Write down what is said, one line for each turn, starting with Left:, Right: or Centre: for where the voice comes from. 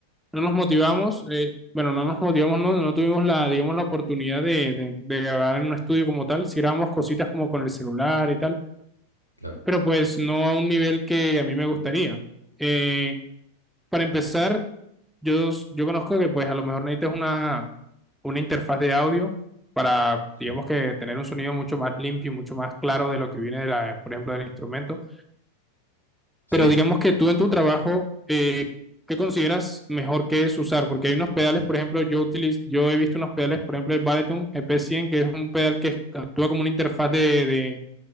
Centre: no nos motivamos, eh, bueno, no nos motivamos, no, no tuvimos la, digamos, la oportunidad de, de, de grabar en un estudio como tal, si grabamos cositas como con el celular y tal,
Left: claro.
Centre: pero pues no a un nivel que a mí me gustaría. Eh, para empezar, yo, yo conozco que pues a lo mejor necesitas una, una interfaz de audio para, digamos
Left: Sí.
Centre: que tener un sonido mucho más limpio y mucho más claro de lo que viene de la, por ejemplo, del instrumento.
Left: Sí.
Centre: Pero digamos que tú en tu trabajo, eh, ¿qué consideras mejor que es usar? Porque hay unos pedales, por ejemplo, yo utilizo, yo he visto unos pedales, por ejemplo, el Balaton ep cien que es un pedal que actúa como una interfaz de, de-